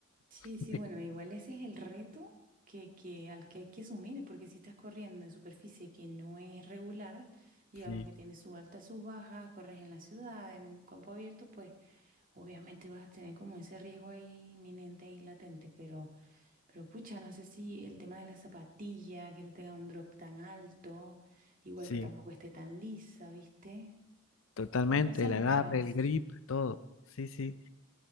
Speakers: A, on the right (about 40°); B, on the left (about 65°).
A: Sí, sí,
B: <laughs>
A: bueno, igual ese es el reto que, que, al que hay que asumir, porque si estás corriendo en superficie que no es regular, digamos
B: Sí,
A: que tiene su alta, su baja, corres en la ciudad, en un campo abierto, pues obviamente vas a tener como ese riesgo ahí inminente, ahí latente, pero, pero pucha, no sé si el tema de la zapatilla, que no tenga un drop tan alto, igual
B: sí,
A: que tampoco esté tan lisa, ¿viste?
B: totalmente,
A: Que no sean
B: el agarre,
A: Sí. nuevas.
B: el grip, todo. Sí, sí.